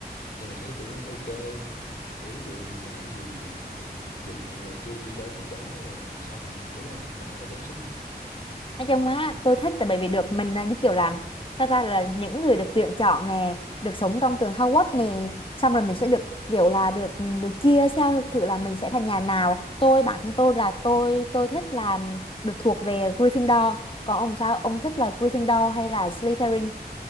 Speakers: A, on the left; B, on the left.
A: nhưng mà thấy cũng ok. Kiểu ví dụ mình làm gì mình dùng này kia chỉ chó chỉ chó rồi mình xong rồi, đúng không? Đỡ phải tốn sức nè.
B: nói chung á tôi thích là bởi vì được mình là như kiểu là ta ta là những người được tuyển chọn nè được sống trong trường Hogwarts nè xong rồi mình sẽ được kiểu là được được chia theo thử là mình sẽ thành nhà nào tôi bản thân tôi là tôi tôi thích là được thuộc về Gryffindor còn ông sao ông thích là Gryffindor hay là Slytherin